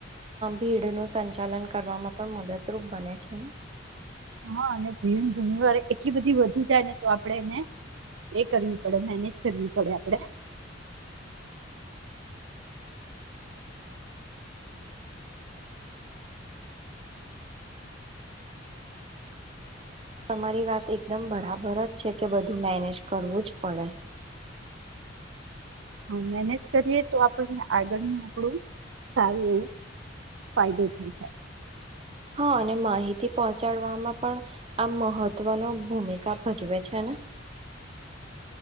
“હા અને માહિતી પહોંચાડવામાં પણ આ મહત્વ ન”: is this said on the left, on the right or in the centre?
Right